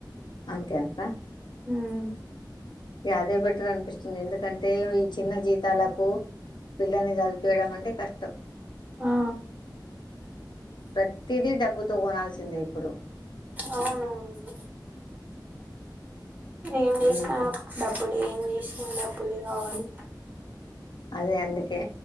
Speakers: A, on the left; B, on the right.
A: అంతే అంటారా
B: మ్
A: యాదే బెటర్ అనిపిస్తుంది. ఎందుకంటే ఈ చిన్న జీతాలకు పిల్లల్ని జదిపియడం అంటే కష్టం
B: ఆ
A: ప్రతిదీ డబ్బుతో కొనాల్సిందే ఇప్పుడు
B: అవునవును ఏం జేసిన
A: ఉమ్
B: డబ్బుల్ ఏం జేసిన డబ్బులే కావాలి
A: అదే అందుక్ కే